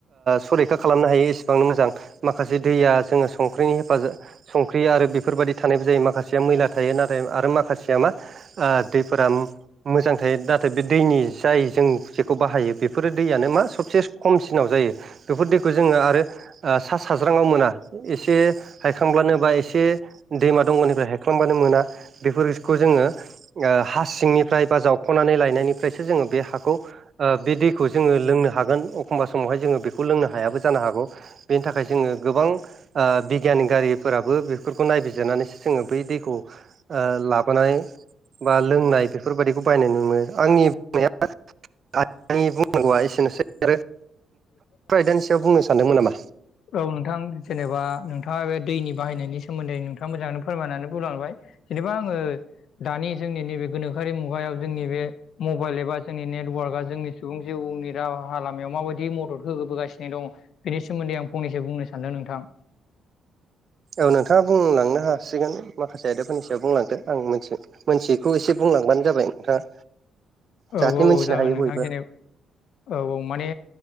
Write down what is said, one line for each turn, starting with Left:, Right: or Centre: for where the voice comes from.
Right: सरैखा खालामनो हायो एसेबां मोजां माखासे दैया जोङो संख्रिनि हेफाजाब संख्रि आरो बेफोरबायदि थानायबो जायो माखासेया मैला थायो नाथाय आरो माखासेया मा आरो दै फाराम मोजां थायो नाथाय बे दैनि जाय जों जेखौ बाहायो बेफोरो दैयानो मा सबसे खमसिनाव जायो बेफोर दैखौ जोङो आरो सा साज्राङाव मोना एसे हायखांब्लानो बा एसे दैमा दंनिफ्राय हायखांब्लानो मोना बेफोरखौ जोङो हा सिंनिफ्राय बा जावख'नानै लायनायनिफ्रायसो जोङो बे हाखौ बिदि खौ जोङो लोंनो हागोन एखमबा समावहाय जोङो बेखौ लोंनो हायाबो जानो हागौ बेनि थाखाय जोङो गोबां बिगियानि गारिफोराबो बेफोरखौ नायबिजिरनानै जोङो बै दैखौ लाबोनाय बा लोंनाय बे फोरबायाददिखौ बायनाय नुनो आंनि बुंनाया
Left: <inaudible>
Right: आंनि बुंनांगौआ एसेनोसै आरो बेफोर आयदानि सायाव बुंनो सानदोंमोन नामा
Left: औ नोंथां जेनेबा नोंथाङा बे दैनि बाहायनायनि सोमोन्दै नोंथाङा मोजाङैनो फोरमायनानै बुंलांबाय जेनेबा आङो दानि जोंनि नैबे गोनोखोरि मुगायाव जोंनि बे मबाइल एबा जोंनि नेटवार्कआ जोंनि सुबुं जिउनि राहा लामायाव माबायदि मदद होबोबोगासिनो दं बेनि सोमोन्दै आं फंनैसो बुंनो सानदों नोंथां
Right: औ नोंथाङा बुंलांनो हासिगोन माखासे आयदाफोरनि सायाव बुंलांदो आं मिथि मोनथिखौ एसे बुंलांबानो जाबाय नोंथाङा
Left: औ
Right: जाहाथे
Left: औ
Right: मिथिनो
Left: औ जागोन
Right: हायो
Left: नोंथां
Right: बयबो
Left: जेने औ औ माने